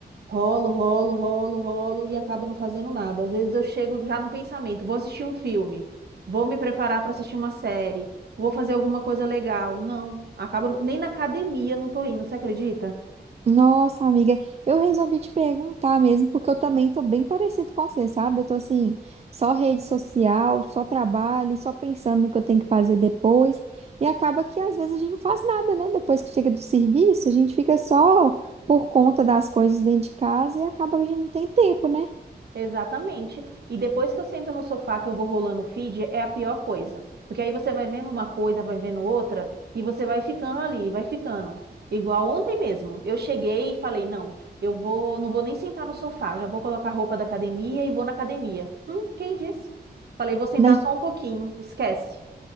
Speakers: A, on the right; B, on the right.
A: Rolo, rolo, rolo, rolo e acabo não fazendo nada. Às vezes eu chego já no pensamento, vou assistir um filme, vou me preparar para assistir uma série, vou fazer alguma coisa legal. Não, acabo nem na academia eu não tô indo, você acredita?
B: Nossa, amiga, eu resolvi te perguntar mesmo, porque eu também tô bem parecido com você, sabe? Eu tô assim, só rede social, só trabalho, só pensando no que eu tenho que fazer depois, e acaba que às vezes a gente não faz nada, né? Depois que chega do serviço, a gente fica só por conta das coisas dentro de casa e acaba que a gente não tem tempo, né?
A: Exatamente. E depois que eu sento no sofá que eu vou rolando o feed, é a pior coisa. Porque aí você vai vendo uma coisa, vai vendo outra, e você vai ficando ali, vai ficando. Igual ontem mesmo. Eu cheguei e falei, não, eu vou, não vou nem sentar no sofá, já vou colocar a roupa da academia e vou na academia. Hum, quem disse? Falei, vou sentar
B: Nas-
A: só um pouquinho, esquece.